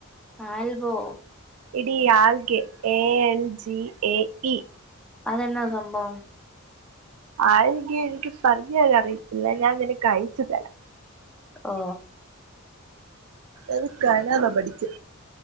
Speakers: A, in the centre; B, on the right.
A: ആൽബോ
B: എടീ അൽകെ A L G A E
A: അതെന്നാ സംഭവം
B: ആയിങ്ക എനിക്ക് പറഞ്ഞ് തരാൻ അറിയില്ല ഞാൻ നിനക്ക് അഴച്ചു തരാം
A: ഓ
B: എത്ക്കനത പഠിച്ചു